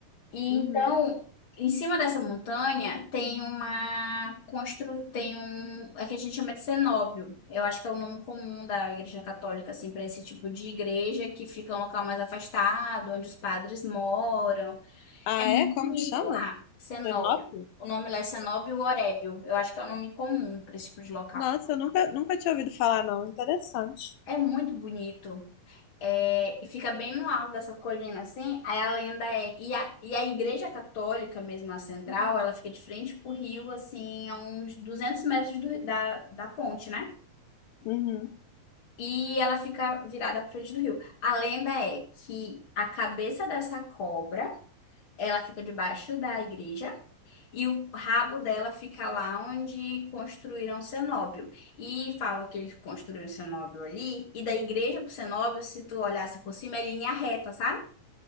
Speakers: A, on the left; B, on the left.
A: E
B: Uhum.
A: então, em cima dessa montanha tem uma constru... tem um, é que a gente chama de cenóbio. Eu acho que é o nome comum da igreja católica assim para esse tipo de igreja que fica um local mais afastado, onde os padres moram.
B: Ah,
A: É muito
B: é? Como
A: bonito
B: que chama?
A: lá, cenóbio.
B: Cenópio?
A: O nome lá é cenóbio orébio. Eu acho que é o nome comum para esse tipo de local.
B: Nossa, eu nunca, nunca tinha ouvido falar, não. Interessante.
A: É muito bonito. É, e fica bem no alto dessa colina, assim. Aí a lenda é. E a, e a igreja católica, mesmo a central, ela fica de frente pro rio, assim, a uns 200 metros do- da, da ponte, né?
B: Uhum.
A: E ela fica virada pra frente do rio. A lenda é que a cabeça dessa cobra, ela fica debaixo da igreja. E o rabo dela fica lá onde construíram o cenóbio. E falam que eles construíram o cenóbio ali. E da igreja pro cenóbio, se tu olhasse por cima, é linha reta, sabe?